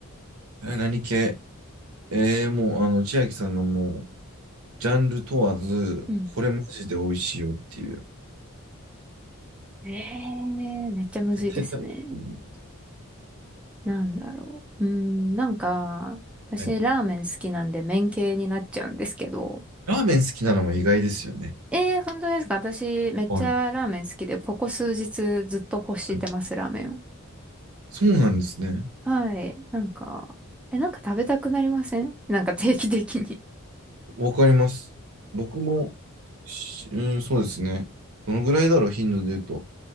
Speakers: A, on the right; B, in the centre.
A: え、何系えーもう、あの、千秋さんのもう、ジャンル問わず、
B: うん。
A: これマジで美味しいよっていう。
B: ええーめっちゃむずいですね。
A: 絶対食べていい。
B: なんだろう。うーん、なんか、私、
A: はい。
B: ラーメン好きなんで、麺系になっちゃうんですけど。
A: ラーメン好きなのも意外ですよね。
B: ええー本当ですか私、めっちゃラーメン好きで、
A: はい。
B: ここ数日ずっと欲してます、
A: はい。
B: ラーメンを。
A: そうなんですね。
B: はい。なんか、え、なんか食べたくなりませんなんか定期的に。
A: わかります。僕も、しうん、そうですね。どのぐらいだろう、頻度で言うと。